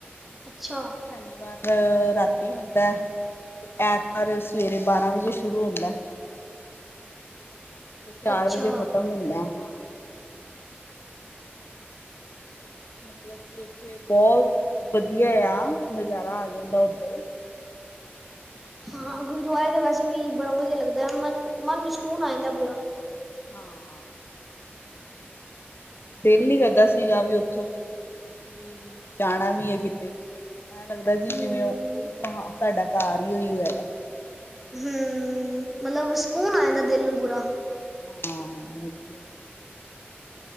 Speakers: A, in the centre; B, on the left.
A: ਅੱਛਾ
B: ਸ਼ਨੀਵਾਰ ਰਾਤੀ ਹੁੰਦਾ। ਅਤੇ ਐਤਵਾਰ ਸਵੇਰੇ ਬਾਰ੍ਹਾਂ ਵਜੇ ਸ਼ੁਰੂ ਹੁੰਦਾ। ਤੇ ਚਾਰ
A: ਅੱਛਾ
B: ਵਜੇ ਖਤਮ ਹੁੰਦਾ ਹਾ। ਮਤਲਬ ਕਿ ਉੱਥੇ ਬਹੁਤ ਵਧੀਆ ਆ, ਨਜ਼ਾਰਾ ਆ ਜਾਂਦਾ ਉੱਧਰ।
A: ਹਾਂ, ਗੁਰਦੁਆਰੇ ਤਾਂ ਵੈਸੇ ਵੀ ਬੜਾ ਵਧੀਆ ਲੱਗਦਾ, ਮਨ, ਮਨ ਨੂੰ ਸਕੂਨ ਆ ਜਾਂਦਾ ਪੂਰਾ।
B: ਹਾਂ। ਦਿਲ ਨਹੀਂ ਕਰਦਾ ਸੀਗਾ ਵੀ ਉੱਥੋਂ ਵੀ ਜਾਣਾ ਵੀ ਐ ਕਿਤੇ ਐ ਲੱਗਦਾ ਕਿ
A: ਹਮ
B: ਜਿਵੇਂ ਉਹੀ ਸਾਡਾ ਘਰ ਈ ਉਹੀ ਹੈਗਾ।
A: ਹਮ, ਮਤਲਬ ਸਕੂਨ ਆ ਜਾਂਦਾ ਦਿਲ ਨੂੰ ਪੂਰਾ।
B: ਹਾਂ ਵਧੀਆ।